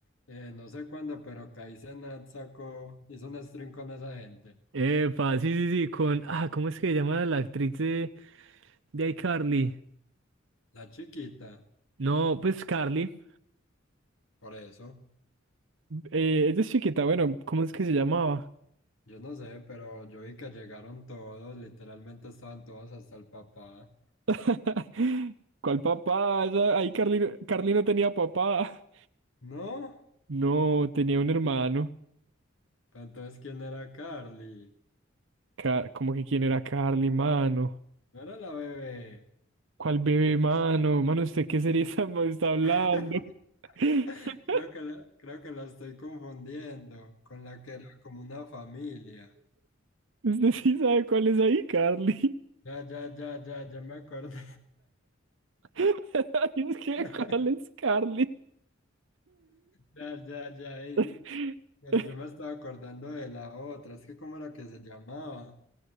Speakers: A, on the left; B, on the right.
A: eh, no sé cuándo, pero Kai Cenat sacó, hizo un stream con esa gente.
B: Epa, sí, sí, sí, con. Ah, ¿cómo es que se llama la actriz de, de iCarly?
A: La chiquita,
B: No, pues Carly.
A: por eso.
B: Eh, ella es chiquita, bueno, ¿cómo es que se llamaba?
A: Yo no sé, pero yo vi que llegaron todos, literalmente estaban todos hasta el papá.
B: <laughs> ¿Cuál papá? Esa- Ahí Carly, Carly no tenía papá.
A: ¿No?
B: No, tenía un hermano.
A: Pero Entonces, ¿quién era Carly?
B: Ca- ¿Cómo que quién era Carly, mano?
A: No era la bebé.
B: ¿Cuál bebé, mano? Mano, ¿usted qué serie está, está hablando?
A: <laughs>
B: <laughs>
A: Creo que la, creo que la estoy confundiendo con la que era como una familia.
B: Usted sí sabe cuál es ahí, Carly.
A: Ya, ya, ya, ya, ya me acordé.
B: <laughs> Ay, Es que,
A: <laughs>
B: ¿cuál es Carly?
A: Ya, ya, ya. y-
B: <laughs>
A: Pero yo me estaba acordando de la otra. Es que, ¿cómo era que se llamaba?